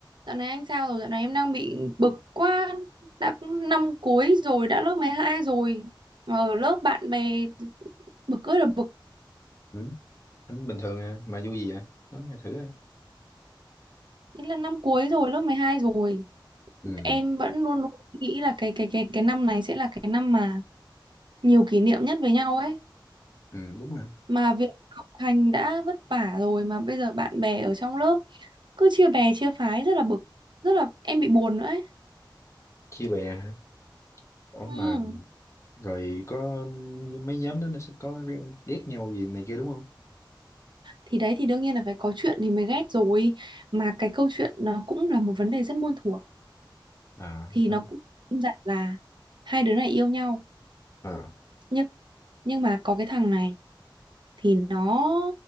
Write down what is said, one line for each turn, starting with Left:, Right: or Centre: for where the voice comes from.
Right: Dạo này anh sao rồi? Dạo này em đang bị bực quá. Đã cũng năm cuối rồi, đã lớp 12 rồi. Mà ở lớp bạn bè bực ơi là bực.
Left: Ừ, tính bình thường à, mà vui gì vậy? Nói nghe thử à.
Right: Thế là năm cuối rồi, lớp 12 rồi.
Left: Ừ,
Right: Em vẫn luôn luôn nghĩ là cái cái cái cái năm này sẽ là cái năm mà nhiều kỷ niệm nhất với nhau ấy.
Left: ừ, đúng rồi.
Right: Mà việc học hành đã vất vả rồi mà bây giờ bạn bè ở trong lớp cứ chia bè chia phái rất là bực, rất là em bị buồn nữa ấy.
Left: Chia bè hả? Ủa mà
Right: Ừ.
Left: rồi có um, mấy nhóm đó nó sẽ có ghét nhau gì này kia đúng không?
Right: Thì đấy thì đương nhiên là phải có chuyện thì mới ghét rồi. Mà cái câu chuyện nó cũng là một vấn đề rất muôn thuở
Left: À,
Right: thì
Left: đúng.
Right: nó cũng im dặt là hai đứa này yêu nhau
Left: à
Right: nhưng nhưng mà có cái thằng này thì nó